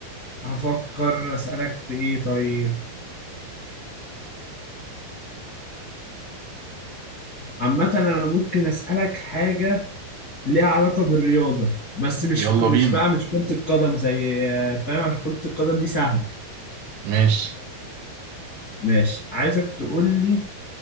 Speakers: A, on the left; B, on the right.
A: هفكر اسألك في ايه طيب عامة انا ممكن اسألك حاجة ليها علاقة بالرياضة بس مش
B: يلا
A: مش
B: بينا
A: بقى مش كرة القدم زي آه، فاهم عشان كرة القدم دي سهلة
B: ماشي
A: ماشي عايزك تقول لي